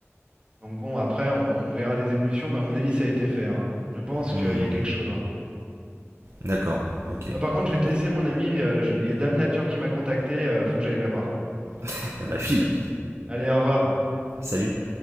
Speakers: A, on the right; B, on the right.
A: Donc bon, après, on, on verra les évolutions, mais à mon avis, ça a été fait. hein. Je pense
B: Hmm.
A: qu'il y a quelque chose, hein, maintenant. Donc
B: D'accord,
A: bon.
B: ok.
A: Bah, par contre, je vais te
B: Bon,
A: laisser, mon ami, euh, je- il y a Dame Nature qui m'a contacté, euh, faut que j'aille la voir.
B: <laughs> bah file,
A: Allez, au revoir.
B: salut.